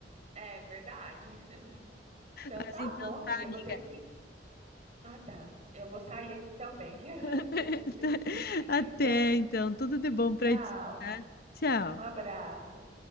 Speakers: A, on the right (about 40°); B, on the left (about 55°).
A: É verdade. Então
B: Mas
A: tá
B: então
A: bom, amiga.
B: tá, amiga.
A: Eu vou ter que. Ah, tá. Eu vou sair aqui também. <laughs> Eu já
B: <laughs>
A: acredito.
B: Até
A: Então,
B: então, tudo de bom pra
A: tchau.
B: ti, tá? Tchau.
A: Um abraço.